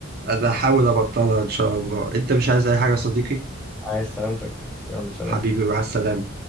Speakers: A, on the right; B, in the centre.
A: انا هحاول ابطلها ان شاء الله انت مش عايز اي حاجه يا صديقي
B: عايز سلامتك يلا سلام
A: حبيبي مع السلامه